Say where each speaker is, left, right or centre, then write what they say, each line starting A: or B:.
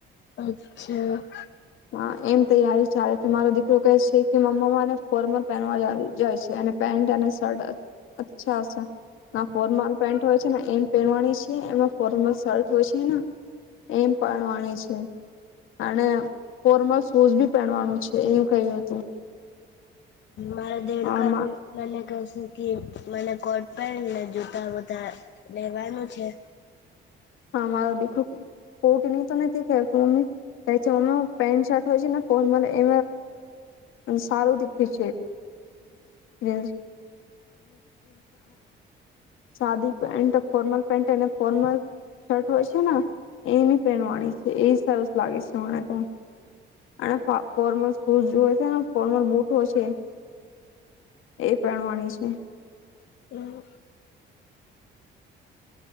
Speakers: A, on the left; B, on the left.
A: અચ્છા.
B: હા એમ તૈયારી ચાલે મારો દીકરો કહે છે કે મમ્માને ફોર્મલ પહેનવા જાય છે અને પેન્ટ અને શર્ટ અચ્છા સે ફોર્મલ પેન્ટ હોય છે ને એમ પહેરવાની છે, એમાં ફોર્મલ શર્ટ હોય છે એમ પહેરવાની છે, અને ફોર્મલ શૂઝ બી પહેરવાનું છે એવ કહ્યું હતું.
A: મારા દેડકા
B: હા,
A: ભી નાને ગસ જો મને કોટ પેન્ટ ને જતા બતા લેવાનું છે.
B: આ મારો દીકરો કોટની તો નથી મમ્મી ક છે મમ્મી પેન્ટ શર્ટ હોય છે ને ફોર્મલ એ સારું દેખ્યું છે, સાદી pant formal pant formal shirt હોય છે ને, એની પહેરવાની છે એ સરસ લાગે છે મને તો, અને ફોર્મલ શૂઝ હોય છેને ફોર્મલ બૂટ હો છે, એ પહેરવાની છે.
A: એમ.